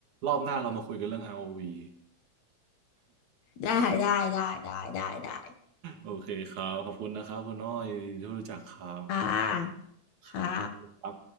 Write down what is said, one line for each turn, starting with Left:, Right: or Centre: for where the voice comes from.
Right: รอบหน้าเรามาคุยกันเรื่อง r วี
Left: ได้ได้ได้ได้ได้ได้
Right: โอเคครับขอบคุณนะครับคุณน้อยที่รู้จักครับ
Left: ค่ะค่ะ
Right: ครับครับ